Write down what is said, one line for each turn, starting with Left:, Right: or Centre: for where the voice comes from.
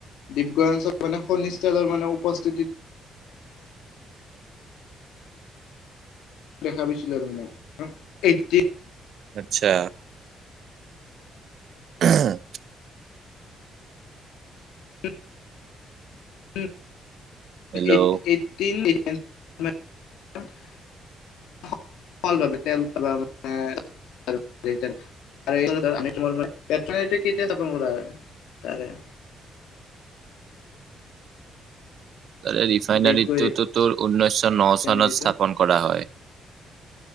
Left: <unintelligible> মানে শনিষ্ঠলৰ মানে উপস্থিতিত। দেখা পাইছিলো আৰু মানে। এ
Right: আচ্ছা। <unintelligible>
Left: <unintelligible>
Right: হেল্ল'
Left: <inaudible>
Right: অ
Left: <inaudible> <inaudible> কেতিয়া স্থাপন কৰা হয় তাৰে
Right: তাৰে ৰিফাইনাৰীটো
Left: দেৱগৈ
Right: টো তোৰ ঊনৈছশ ন
Left: ৰিফাইনেৰীটো
Right: চনত স্থাপন কৰা হয়